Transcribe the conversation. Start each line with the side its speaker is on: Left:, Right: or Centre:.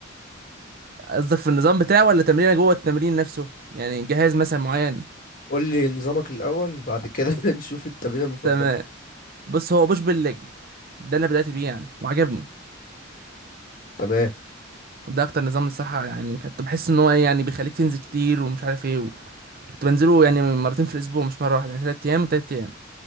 Right: قصدك في النظام بتاعه ولا تمرينه جوه التمرين نفسه يعني جهاز مثلا معين
Left: قول لي نظامك الاول بعد كده <laughs> نشوف التمرينة المفضلة
Right: تمام بص هو بوش بالليج ده اللي بدأت بيه يعني وعجبني
Left: تمام
Right: ده اكتر نظام الصراحة يعني كنت بحس ان هو ايه يعني بيخليك تنزل كتير ومش عارف ايه كنت بنزله يعني مرتين في الاسبوع مش مرة واحدة يعني تلات ايام وتلات ايام